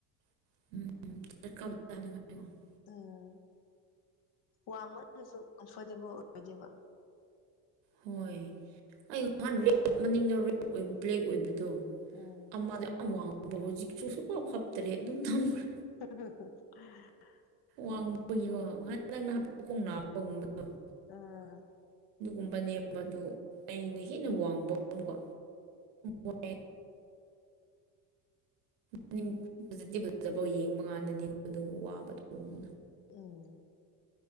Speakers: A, on the right (about 80°); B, on the left (about 50°).
A: <unintelligible>
B: ꯎꯝ ꯋꯥꯡꯃꯗꯁꯨ ꯀꯝꯐꯣꯔꯇꯦꯕꯜ ꯑꯣꯏꯔꯣꯏꯗꯦꯕ
A: ꯍꯣꯏ ꯑꯩ ꯉꯍꯥꯟ ꯔꯦꯠ ꯃꯅꯤꯡꯗꯣ ꯔꯦꯠ ꯑꯣꯏꯕ ꯕ꯭ꯂꯦꯛ ꯑꯣꯏꯕ ꯑꯗꯣ
B: ꯎꯝ
A: ꯑꯃꯗꯤ ꯍꯧꯖꯤꯛꯁꯨ ꯁꯨꯐꯚꯥꯞ ꯇꯔꯦꯠ ꯑꯗꯨꯝ ꯊꯝꯈ꯭ꯔꯦ
B: <unintelligible>
A: ꯋꯥꯡꯕꯒꯤꯀꯣ ꯉꯥꯏꯍꯥꯛ ꯅꯪꯅ ꯍꯥꯞꯄ ꯈꯣꯡ ꯍꯥꯞꯄꯒꯨꯝꯕꯗꯣ
B: ꯎꯝ
A: ꯨꯅꯦꯝꯕꯗꯨ ꯑꯩꯅ ꯍꯦꯟꯅ ꯋꯥꯡꯕꯀꯣ ꯃ ꯍꯧꯖꯤꯛꯇꯤ ꯐꯖꯐꯥꯎ ꯌꯦꯡꯕ ꯀꯥꯟꯗꯗꯤ ꯑꯩꯉꯣꯏꯗꯨ ꯋꯥꯕ ꯊꯣꯡꯅ
B: ꯎꯝ